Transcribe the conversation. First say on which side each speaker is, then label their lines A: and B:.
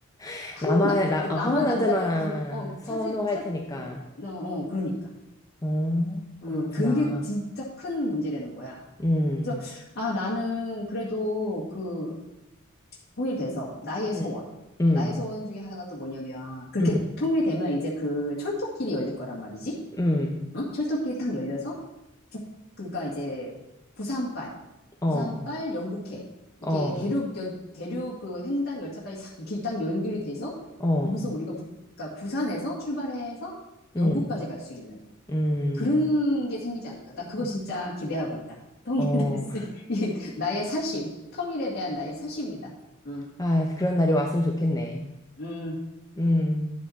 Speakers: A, on the left; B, on the left.
A: <laughs>
B: 한국
A: 남만
B: 남
A: 나,
B: 그 남한
A: 어, 한국 남자만
B: 남자랑 결혼 어
A: 선호할
B: 찾을 찾
A: 테니까.
B: 어, 어 그러니까.
A: 어,
B: 음,
A: 그렇구나.
B: 그게 진짜 큰 문제라는 거야.
A: 음,
B: 그래서 아 나는 그래도 그 통일돼서 나의 소원.
A: 음, 음.
B: 나의 소원 중에 하나가 또 뭐냐면 그렇게
A: 응,
B: 통일되면 이제 그 철도길이 열릴 거란 말이지.
A: 응,
B: 어? 철도길이 탁 열려서 북 그러니까 이제 부산발
A: 어,
B: 부산발 영국행 이게
A: 어,
B: 대륙 여, 대륙 그 횡단 열차까지 싹 이렇게 딱 연결이 돼서
A: 어,
B: 거기서 우리가 북 그러니까 부산에서 출발해서
A: 응,
B: 영국까지 갈 수 있는
A: 응,
B: 그런 게 생기지 않을까? 나 그거
A: 어,
B: 진짜 기대하고 있다. 통일될
A: 어, 어.
B: 수, <laughs> 이 나의 사심, 통일에 대한 나의 사심이다. 응,
A: 아, 그런 날이 왔으면 좋겠네.
B: 응.
A: 음.